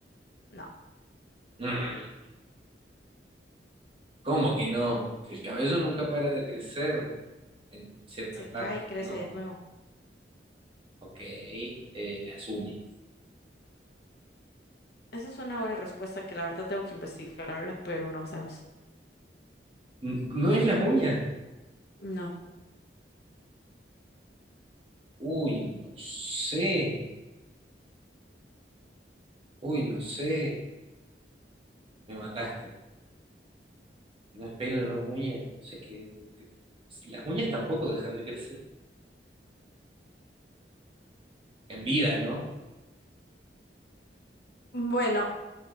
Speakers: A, on the left (about 60°); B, on the right (about 30°).
A: No,
B: Mm, ¿Cómo que no? El cabello nunca para de crecer en ciertas
A: se
B: partes.
A: cae y crece
B: No.
A: de nuevo.
B: Ok, eh, las uñas.
A: Esa es una buena respuesta que la verdad tengo que investigarla, pero no sabes.
B: N- ¿No es las uñas?
A: No.
B: Uy, no sé. Uy, no sé. Me mataste. No es pelo, no es uña. No sé qué. qué- Las uñas tampoco dejan de crecer. En vida, ¿no?
A: Bueno,